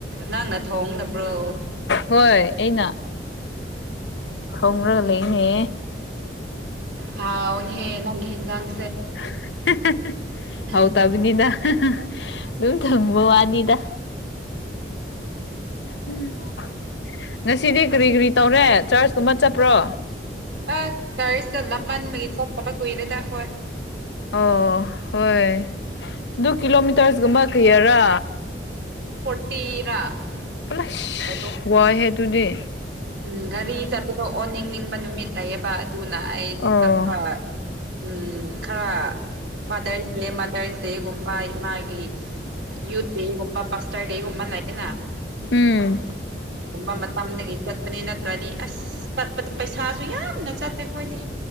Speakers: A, on the right; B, on the left.
A: ꯅꯪꯅ ꯊꯣꯡꯅꯕ꯭ꯔꯣ
B: ꯍꯣꯏ ꯑꯩꯅ ꯊꯣꯡꯉꯔꯒ ꯂꯩꯅꯦ
A: ꯍꯥꯎꯅꯦ ꯍꯦ ꯅꯪ <unintelligible>
B: <unintelligible>
A: ꯎꯝ
B: ꯍꯥꯎ ꯇ ꯅꯤꯅ ꯑꯗꯨꯝ ꯈꯪꯕ ꯋꯥꯅꯤꯗ ꯎꯝ <inaudible> ꯉꯁꯤꯗꯤ ꯀꯔꯤ ꯀꯔꯤ ꯇꯧꯔꯦ ꯆ꯭ꯔꯁꯀꯨꯝꯕ ꯆꯠꯄ꯭ꯔꯣ
A: ꯑ ꯆ꯭ꯔꯁꯇ ꯂꯥꯞꯃꯟꯕꯒꯤ ꯆꯠꯇꯕ ꯀꯨꯏꯔꯦꯗ ꯑꯈꯣꯏ
B: ꯑꯣ ꯍꯣꯏ ꯑꯗꯨ ꯀꯤꯂꯣꯃꯤꯇꯔꯁꯀꯨꯝꯕ ꯀꯩꯌꯥꯔꯥ
A: ꯐꯣꯇꯤꯔꯥ
B: ꯄꯨꯂꯁ
A: <unintelligible>
B: ꯋꯥꯏꯍꯦ ꯑꯗꯨꯗꯤ
A: ꯎꯝ ꯒꯥꯔꯤ ꯆꯠꯄꯗꯣ ꯑꯣꯟꯅꯤꯡꯅꯤꯡꯕ ꯅꯨꯃꯤꯠ ꯂꯩꯌꯦꯕ ꯑꯗꯨꯅ ꯑꯩ
B: ꯑꯣ
A: ꯆꯠꯄꯥ ꯎꯝ ꯈꯔ ꯐꯥꯗ꯭ꯔꯁ ꯗꯦ ꯃꯥꯗ꯭ꯔꯁ ꯗꯦꯒꯨꯝꯕ ꯢꯃꯥꯥꯒꯤ ꯌꯨꯠ ꯗꯦꯒꯨꯝ ꯄꯥꯁꯇꯔꯠ ꯗꯦꯒꯨꯝꯕ ꯂꯩꯌꯦꯅꯥ
B: ꯎꯝ
A: ꯀꯨꯝꯕ ꯃꯇꯝꯗꯒꯤ ꯀꯣꯠꯄꯅꯦ ꯅꯠꯇ꯭ꯔꯗꯤ ꯑꯁ ꯄꯩꯁꯥꯁꯨ ꯌꯥꯝꯅ ꯆꯠꯇꯦ ꯑꯩꯈꯣꯏꯗꯤ